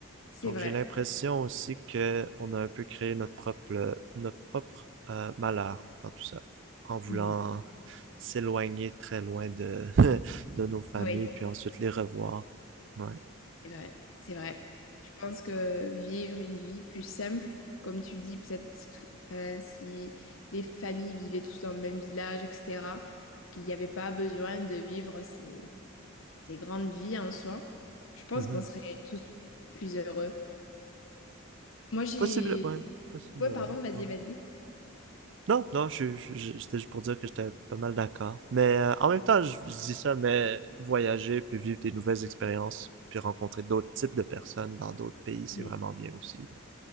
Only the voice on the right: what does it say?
Donc
j'ai l'impression aussi que on a un peu créé notre propre, notre propre euh, malheur dans tout ça, en voulant
s'éloigner très loin de, <laughs> de nos familles,
puis ensuite les revoir. Ouais.
Mhm.
Possible, ouais, possiblement.
ouais.
Non, non, je, je- je- c'était juste pour dire que j'étais pas mal d'accord. Mais euh, en même temps, je dis ça, mais voyager, puis vivre des nouvelles expériences, puis rencontrer d'autres types de personnes dans d'autres pays, c'est
vraiment bien aussi. Donc,